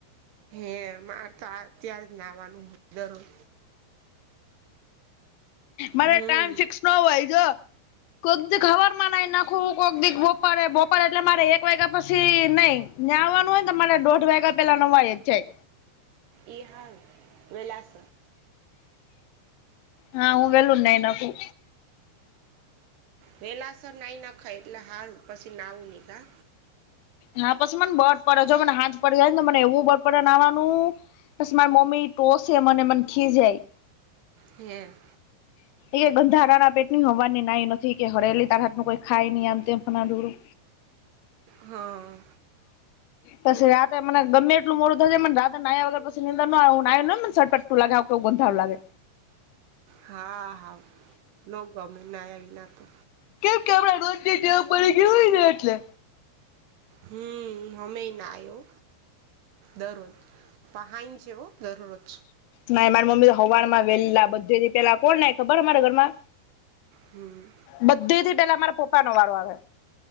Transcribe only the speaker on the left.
મારે
ટાઈમ ફિક્સ ન હોય જો. કોઈક દી ખબર માં નાઈ નાખવું કોઈક દી બપડે બપડ એટલે મારે એક વાગ્યા પછી નઈ. ન્યાવાનું હોયને મારે દોઢ વાગ્યા પેલા નવાય જ જાય.
હા, હું વહેલું જ જ નાય નાખું.
હા પછી મને બફ પડ. જો મને હાંજ પડી જાય ને મને એવું બફ પડે નાવાનું. પછી માર મોમી ટોસે, મને મન ખીજાય.
એ ગંધારાના પેટ ની હવારની નાઈ નથી. કે હરેલી તારા હાથનું કોઈ ખાય ની. ને એમ તેમ ઢરું.
પછી રાતે મને ગમે એટલું મોડું થઈ જાય. મને રાતે નાયા વગર પછી મને નીંદર ન આવે. હું નાય લઉ ને ઝટપટ. તો લાગે આવુ કે ગંધારુ લાગે.
કેમ કે આપણે રોજની ટેવ પડી ગયી હોય ને, એટલે.
ના. મારી મમ્મી તો હવારમાં વેલ્લા બધે રીતે લાકોને, ખબર અમારા ઘરમાં.
બધે થી પેલા મારા પપ્પાનો વારો આવે.